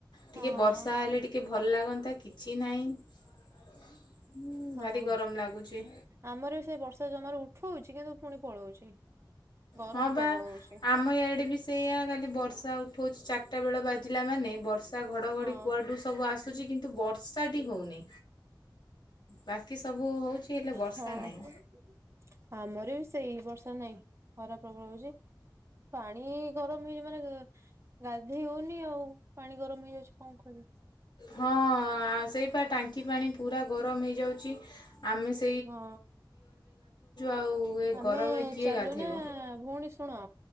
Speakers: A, on the left; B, on the right.
A: ଟିକେ
B: ହଁ।
A: ବର୍ଷା ହେଲେ ଟିକେ ଭଲ ଲାଗନ୍ତା, କିଛି ନାହିଁ। ହୁଁ,
B: ହଁ
A: ଭାରି ଗରମ ଲାଗୁଛି।
B: ଆମର ବି ସେ ବର୍ଷା ଜମାରୁ ଉଠଉଛି କିନ୍ତୁ ପୁଣି ପଳଉଛି। ଗରମ
A: ହଁ ପା
B: ପ୍ରବଳ ହଉଛି
A: ଆମ ଇଆଡେ ବି ସେଇଆ ଖାଲି ବର୍ଷା ଉଠୋଉଛି ଚାରିଟା ବେଳ ବାଜିଲା ମାନେ ବର୍ଷ ବର୍ଷା ଘଡ଼ଘଡ଼ି
B: ହଁ
A: କୁଆଡୁ ସବୁ ଆସୁଚି କିନ୍ତୁ ବର୍ଷାଟି ହଉନି। ବାକି ସବୁ ହୋଉଛି ହେଲେ ବର୍ଷା
B: ହଁ
A: ନାଇଁ।
B: ଆମର ବି ସେଇ ବର୍ଷା ନାଇଁ। ଖରା ପ୍ରବଳ ହୋଉଛି ପାଣି ଗରମ୍ ହେଇଛିମାନେ ଗାଧେଇ ହୋଉନି ଆଉ ପାଣି ଗରମ୍ ହେଇଯାଉଛି କଣ କହିବୁ?
A: ହଁ ଆଁ ସେଇପା ଟାଙ୍କି ପାଣି ପୁରା ଗରମ୍ ହେଇଯାଉଚି ଆମେ ସେ
B: ହଁ
A: ଆଉ ଏ
B: ଆମେ
A: ଗରମରେ କିଏ
B: ଚାଲୁ
A: ଗାଧେଇବ।
B: ନା ଭଉଣୀ ଶୁଣ?